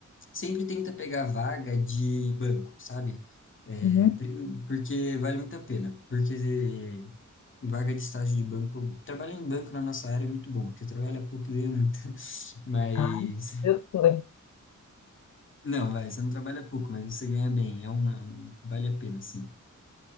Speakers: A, on the left; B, on the left.
A: Sempre tenta pegar vaga de banco, sabe? É,
B: um... Uhum.
A: pri- porque vale muito a pena. Porque vaga de estágio de banco, trabalhar em banco na nossa área é muito bom, porque trabalha pouco e ganha muito. <laughs> Mas
B: Ah, eu tô.
A: não, vai, você não trabalha pouco, mas você ganha bem, é um, vale a pena, sim.